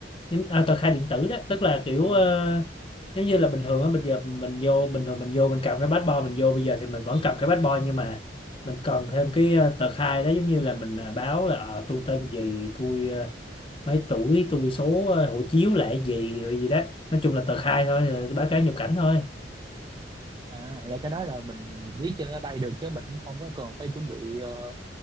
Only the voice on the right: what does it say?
Ờ.
À, là cái đó là mình viết trên máy bay được chứ mình cũng không có cần phải chuẩn bị ờ,